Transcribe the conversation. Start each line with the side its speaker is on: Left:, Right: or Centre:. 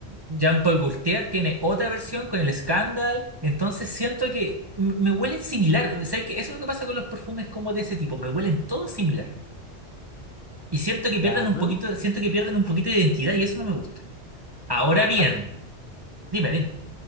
Right: Jean-Paul Gaultier tiene otra versión con el Scandal. Entonces siento que m- me huelen similar. O sea, que eso es lo que pasa con los perfumes como de ese tipo. Me huelen todos similar. Y siento que pierden
Left: Ya. ajá.
Right: un poquito, siento que pierden un poquito de identidad y eso no me gusta. Ahora
Left: Ah,
Right: bien,
Left: tú-
Right: dime, dime.